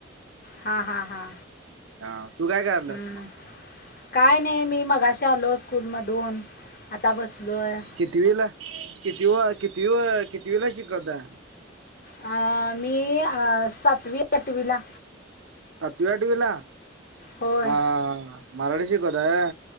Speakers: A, on the left; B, on the right.
A: हां हां हां
B: हा तू काय करलस
A: हम्म.
B: मग.
A: काय नाय मी मगाशी आलो स्कूलमधून आता बसलोय.
B: किती वेला किती व किती किती वेला शिकवता.
A: अ मी अ सातवी आठवी ला.
B: सातवी आठवीला
A: होय
B: हा हा मराठी शिकवताय.